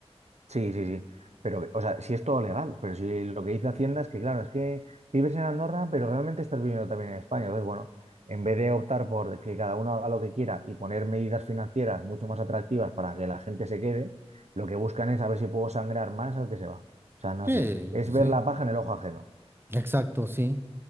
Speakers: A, on the right; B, on the right.
A: Sí, sí, sí. Pero, o sea, si es todo legal, pero si lo que dice Hacienda es que, claro, es que vives en Andorra, pero realmente estás viviendo también en España. Entonces, bueno, en vez de optar por que cada uno haga lo que quiera y poner medidas financieras mucho más atractivas para que la gente se quede, lo que buscan es a ver si puedo sangrar más al que se va. O sea, no
B: Sí,
A: sé, es
B: pues
A: ver
B: sí.
A: la paja en el ojo ajeno.
B: Exacto, sí.